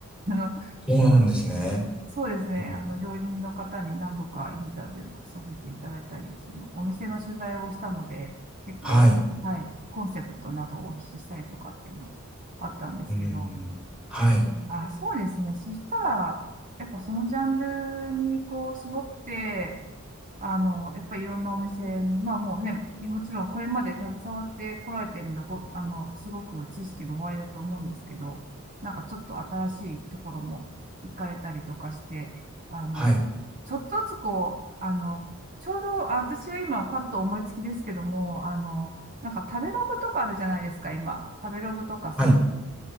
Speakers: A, on the right (about 35°); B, in the centre.
A: の、
B: そうなんですね。
A: そうですね。
B: うん
A: あの、料理人の方に何度かインタビューをさせていただいたり、その、お店の取材をしたので、結構、
B: はい。
A: はい、コンセプトなどをお聞きしたりとかっていうのあったんですけど、
B: うんはい。
A: あ、そうですね。そしたら、やっぱそのジャンルにこう絞って、あの、やっぱりいろんなお店に、まあもうね、もちろんこれまで携わってこられてるので、ご、あの、すごく知識もおありだと思うんですけど、なんかちょっと新しいところも行かれたりとかして、あの、
B: はい。
A: ちょっとずつこう、あの、ちょうど、あ、私が今パッと思いつきですけども、あの、なんか食べログとかあるじゃないですか、今。食べログとかそういう。
B: はい。